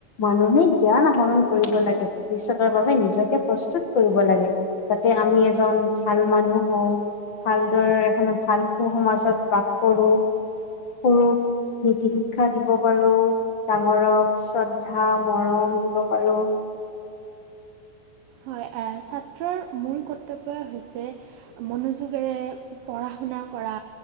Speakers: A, on the left (about 65°); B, on the right (about 80°).
A: মানুহে জ্ঞান আহৰণ কৰিব লাগে। ভৱিষ্যতৰ বাবে নিজকে প্ৰস্তুত কৰিব লাগে। যাতে আমি এজন ভাল মানুহ হওঁ, ভালদৰে এখন ভাল সু সমাজত বাস কৰোঁ, সৰুক, নীতি শিক্ষা দিব পাৰো। ডাঙৰক শ্ৰদ্ধা মৰম দিব পাঁৰো।
B: হয়, আহ ছাত্ৰৰ মূল কৰ্তব্যই হৈছে মনোযোগেৰে পঢ়া শুনা কৰা,